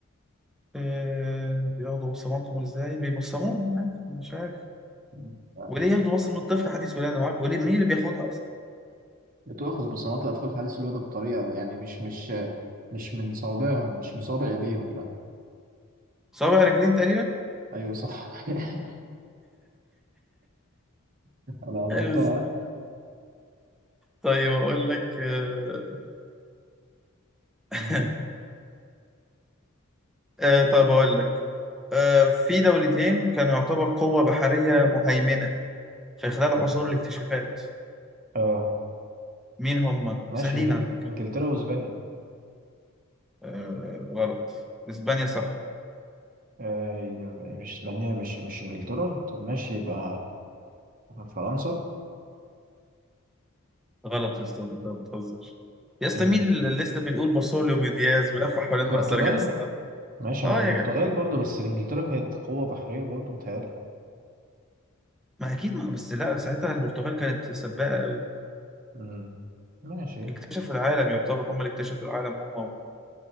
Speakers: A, in the centre; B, on the right (about 40°).
A: آه بياخدوا بصماتهم ازاي بيبصموهم عادي، مش عارف
B: <laughs>
A: وليه ياخدوا بصمة من الطفل حديث ولادة معاه وليه مين اللي بياخدها اصلا
B: بتؤخذ بصمات الأطفال حديثي الولادة بطريقة يعني مش مش مش من صوابعهم مش من صوابع إيديهم لأ
A: صوابع رجلين تقريبا
B: أيوه صح <laughs> أنا قربتها
A: حلو السؤال. طيب اقول لك آه <laughs>
B: مم.
A: آه طب اقول لك آه في دولتين كانوا يعتبر قوة بحرية مهيمنة في خلال
B: آه.
A: عصور الاكتشافات
B: آه.
A: مين هم
B: ماشي
A: وسهلين
B: إنجل...
A: على فكرة
B: إنجلترا وإسبانيا
A: آه غلط اسبانيا صح
B: آه. ي- مش إسبانيا مش مش إنجلترا طب ماشي يبقى فرنسا
A: غلط يا اسطى انت بتهزر يا اسطى
B: إيه
A: مين
B: ده
A: اللي لسه بنقول بارسوليو دياز ولف حوالين
B: البرتغال
A: راس رجاء الصالح
B: ماشي
A: اه
B: مع البرتغال
A: يا جدع
B: برضه بس إنجلترا كانت قوة بحرية برضه متهيألي
A: ما اكيد ما بس لا ساعتها البرتغال كانت سباقه قوي
B: مم. ماشي
A: اكتشفوا العالم يعتبر هم اللي اكتشفوا العالم هم و...